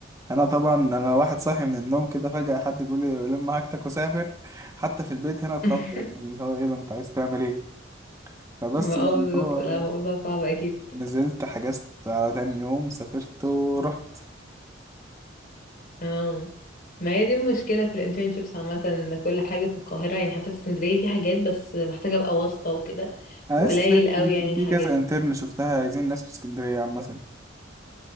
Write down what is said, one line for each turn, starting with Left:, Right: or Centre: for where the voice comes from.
Right: انا طبعا انا واحد صاحي من النوم كده فجأة حد بيقول لي لم حاجتك وسافر حتى في البيت هنا اتخض
Left: <laughs>
Right: اللي هو ايه ده انت عايز تعمل ايه فبس
Left: ما
Right: بقى
Left: اه بالظبط
Right: اللي هو
Left: لا موضوع صعب اكيد
Right: نزلت حجزت على تاني يوم سافرت ورحت
Left: اه ما هي دي المشكلة في الانترنشيبس عامة ان كل حاجة في القاهرة يعني حتى في اسكندرية في حاجات بس محتاجة ابقى واسطة وكده
Right: انا
Left: وقليل
Right: لسه شايف
Left: قوي
Right: في
Left: يعني
Right: في في
Left: الحاجات
Right: كذا انترن شفتها عايزين ناس في اسكندريه عامه